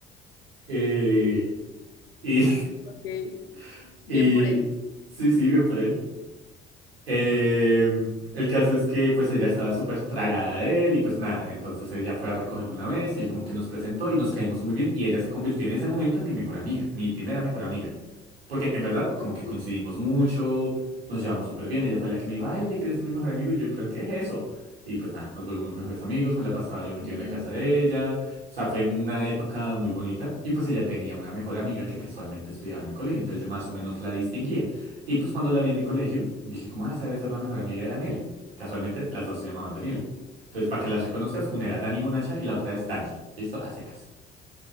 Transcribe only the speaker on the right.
Eh, y,
<laughs> y,
sí, sí, bien por él. Eh, el caso es que pues ella estaba súper tragada de él y pues nada, entonces ella fue a recogerlo una vez y él como que nos presentó y nos caímos muy bien y ella se convirtió en ese momento en mi mejor amiga, mi primera mejor amiga. Porque en verdad como
que
coincidimos mucho, nos llevamos súper bien, ella fue la que me dijo, ay, oye, ¿quieres ser mi mejor amigo? Y yo en plan, ¿qué es eso? Y pues nada, nos volvimos mejores amigos, me la pasaba yo metido
en la casa de ella, o sea, fue una época muy bonita y pues ella tenía una mejor amiga que casualmente estudiaba en mi colegio, entonces yo más o menos la distinguía. Y pues cuando la vi en mi colegio, dije, ¿cómo esa debe ser la mejor amiga de Daniela? Casualmente, las dos se llamaban Daniela. Entonces, para que las reconozcas, una era Dani Monacha y la otra es Dani. ¿Listo? A secas.